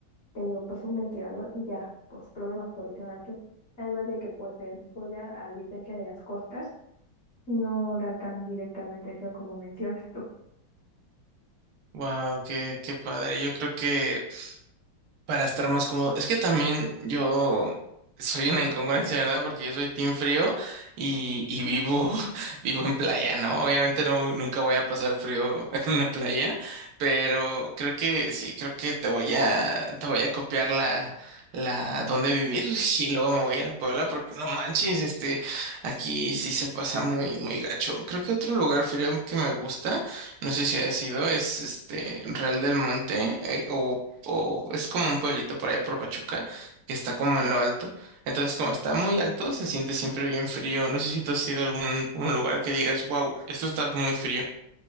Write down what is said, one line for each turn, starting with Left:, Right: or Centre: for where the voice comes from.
Left: Te digo, pues un ventilador y ya, pues problemas por lo que aquí. Además de que pues en Puebla, a diferencia de las costas, no da tan directamente el sol como mencionas tú.
Right: Wow, qué, qué padre. Yo creo que para estar más cómodo. Es que también yo soy una incongruencia, ¿verdad? Porque yo soy team frío y, y vivo, <laughs> vivo en playa, ¿no? Obviamente no, nunca voy a pasar frío <laughs> en una playa, pero creo que sí, creo que te voy a, te voy a copiar la, la, dónde vivir <laughs> y luego me voy a ir a Puebla porque no manches, este, aquí sí se pasa muy, muy gacho. Creo que otro lugar frío que me gusta. No sé si ha sido, es este Real del Monte eh, o o es como un pueblito por allá por Pachuca, que está como en lo alto. Entonces, como está muy alto, se siente siempre bien frío. No sé si tú has ido a algún un lugar que digas, wow, esto está muy frío.